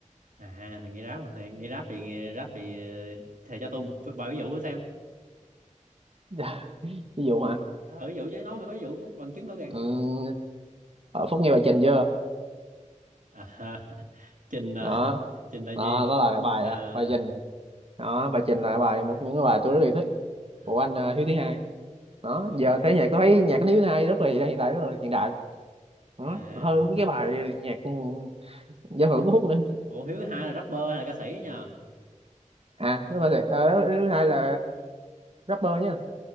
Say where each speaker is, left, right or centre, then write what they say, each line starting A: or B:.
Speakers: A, on the right (about 75°); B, on the right (about 45°).
A: À thầy nghe rap mà, thầy nghe rap thì nghe rap thì ờ, thầy cho tôi một vài ví dụ thử xem.
B: <laughs> Ví dụ hả?
A: Ờ, ví dụ chứ nói phải có ví dụ chứ, bằng chứng rõ ràng.
B: Ừ, ở Phúc nghe bài Trình chưa?
A: à, ha. Trình à,
B: Đó,
A: Trình là gì
B: đó, đó là cái bài
A: à
B: à, bài Trình. Đó, bài Trình là bài một trong những cái bài tôi rất yêu thích
A: à,
B: của anh ờ, Hiếu thứ hai. đó giờ thấy nhạc tôi thấy nhạc nước hai rất là hiện đại rất là hiện đại đó
A: à.
B: còn hơn mấy cái bài nhạc ừ, giao hưởng của Phúc nữa
A: Ủa Hiếu hai là rapper hay là ca sĩ nhờ
B: à thứ hai ờ, thứ hai là rapper nhá